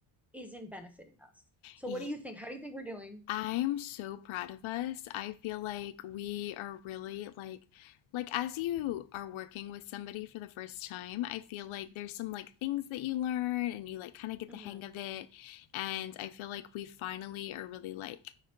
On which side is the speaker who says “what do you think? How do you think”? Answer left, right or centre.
Centre